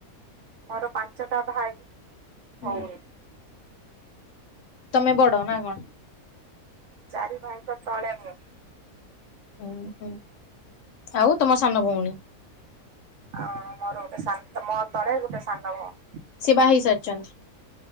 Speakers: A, on the right; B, on the left.
A: ମୋର ପାଞ୍ଚଟା ଭାଇ
B: ହୁଁ
A: ଭଉଣୀ।
B: ତମେ ବଡ ନା କଣ?
A: ଚାରି ଭାଇଙ୍କ ତଳେ ମୁଁ।
B: ଅଁ, ହଁ ଆଉ ତୋମ ସାନ ଭଉଣୀ।
A: ହଁ ମୋର ଗୋଟେ ସାନ ଏ ମୋ ତଳେ ଗୋଟେ ସାନ ଭଉଣୀ।
B: ସେ ବାହା ହେଇ ସାରିଚନ୍ତି?